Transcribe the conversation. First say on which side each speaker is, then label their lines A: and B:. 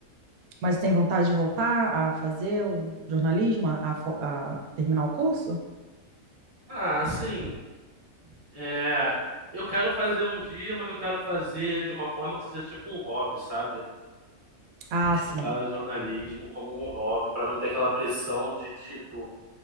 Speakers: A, on the right; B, on the right.
A: Mas tem vontade de voltar a fazer o jornalismo, a, a fo- a terminar o curso?
B: Ah, sim. É, eu quero fazer um dia, mas eu quero fazer de uma forma que seja tipo um hobby, sabe?
A: Ah,
B: Estudar
A: sim.
B: jornalismo como um hobby, pra não ter aquela pressão de tipo,